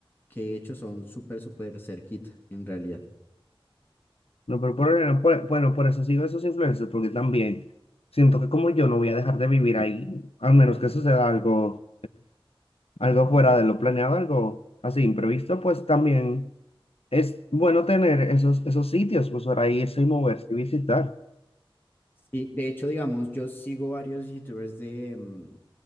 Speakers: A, on the left; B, on the left.
A: que he hecho son súper, súper cerquita, en realidad.
B: No, pero por, por- bueno, por eso sigo esos influencers, porque también siento que como yo no voy a dejar de vivir ahí, al menos que suceda algo algo fuera de lo planeado, algo así imprevisto, pues también es bueno tener esos, esos sitios, pues para irse y moverse y visitar.
A: Sí, de hecho, digamos, yo sigo varios youtubers de, mm,